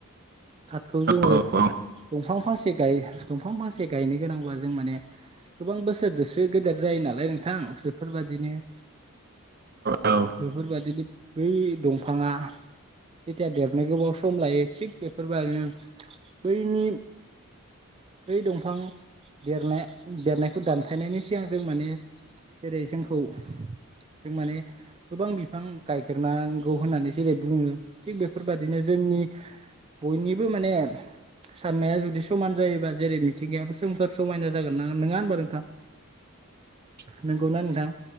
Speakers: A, on the right (about 25°); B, on the right (about 45°).
A: खाथखौ जोङो,
B: औ औ
A: दंफां फांसे <unintelligible> दंफां फांसे गायनो गोनांबा जों माने गोबां बोसोरजोंसो गेदेर जायो नालाय नोंथां। बेफोरबायदिनो-
B: औ
A: बेफोरबायदिनो बै दंफाङा जेथिया देरनो गोबाव सम लायो। थिग बे <unintelligible> बैनि बै दंफां देरनाय - देरनायखौ दानफायनायनि सिगां जों माने जेरै जोंखौ जों माने गोबां बिफां गायग्रोनांगौ होननानै जेरै बुङो थिग बेफोरबायदिनो जोंनि बयनिबो माने साननाया जुदि समान जायोबा जेरै मिथिंगायाबो जोंफोर समायना जागोन ना - नङा होनबा नोंथां?
B: <unintelligible>
A: नंगौना नोंथां?